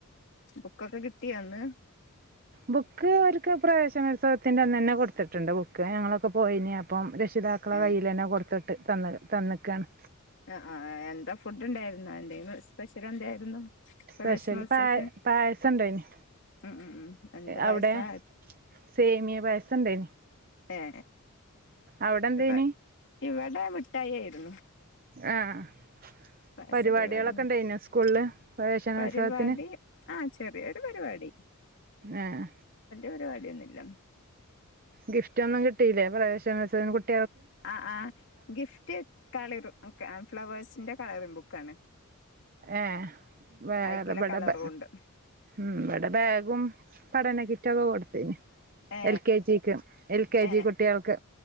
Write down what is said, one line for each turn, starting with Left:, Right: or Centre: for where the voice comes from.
Left: ബുക്കൊക്കെ കിട്ടിയോ ഇന്ന്
Right: ബുക്ക് അവർക്ക് പ്രവേശനോത്സവത്തിന്റെ അന്ന് തന്നെ കൊടുത്തിട്ടുണ്ട് ബുക്ക് ഞങ്ങളൊക്കെ പോയിന് അപ്പം രക്ഷിതാക്കടെ
Left: ഏ
Right: കയ്യില് തന്നെ കൊടുത്തി ട്ട് തന്ന് തന്നേക്കാണ്.
Left: ആ ആ എന്താ ഫുഡ് ഉണ്ടായിരുന്നോ? എന്തെങ്കിലും സ്പെഷ്യൽ എന്തായിരുന്നു? പ്രവേശനോത്സവത്തിന്
Right: സ്പെഷ്യൽ പാ പായസം ഇണ്ടായിനി
Left: ഉം ഉം ഉം എന്ത് പായസാ
Right: അവിടെ സേമിയ പായസം ഇണ്ടായിനി
Left: ഏ ഏ
Right: അവിടെ എന്തേനി?
Left: ഇപ്പ ഇവിടെ മിഠായി ആയിരുന്നു.
Right: ആഹ്
Left: പായസ
Right: പരിപാടികളൊക്കെ
Left: പരിപാടിയന്നെ
Right: ഉണ്ടായിനോ സ്കൂളില് പ്രവേശനോത്സവത്തിന്
Left: പരിപാടി ആ ചെറിയ ഒരു പരിപാടിവല്യ
Right: ആഹ്
Left: പരിപാടിഒന്നു- ല്ല
Right: ഗിഫ്റ്റ് ഒന്നും കിട്ടില്ലേ പ്രാവേ ശനോത്സവന് കുട്ട്
Left: ആഹ് ആഹ് ഗിഫ്റ്റ് കളിർ ക്ക ഫ്ലവേഴ്സിന്റെ കളറിംഗ് ബുക്കാണ്.
Right: ഏ വേറെബിടെ
Left: അയിക്കില്ല കളറും
Right: ബ
Left: ഉണ്ട്
Right: ഉം ഇവിടെ ബാഗും പഠന കിറ്റൊക്കെ കൊടുത്തിനിം
Left: ഏ
Right: എൽ കെ ജിക്ക് എൽ കെ
Left: ഏ
Right: ജി കുട്ടികൾക്ക്